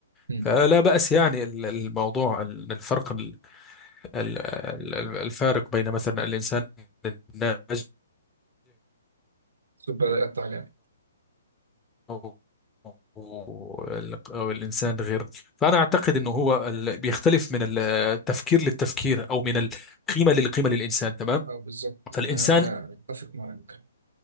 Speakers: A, on the right; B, on the left.
A: مم.
B: فلا بأس يعني ال- الموضوع ال- الفرق ال- ال- ال- الفارق بين مثلا الإنسان الناجح
A: طب بدأ يقطع جامد
B: أو وال- أو الإنسان غير فأنا أعتقد أنه هو ال- بيختلف من ال- التفكير للتفكير أو من القيمة للقيمة للإنسان تمام
A: اه بالظبط
B: فالإنسان
A: انا انا اتفق معاك